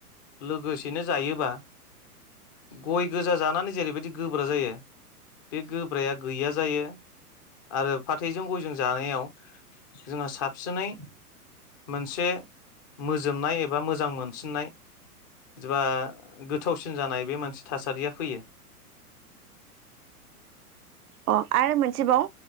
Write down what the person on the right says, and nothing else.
अ आरो मोनसेबाव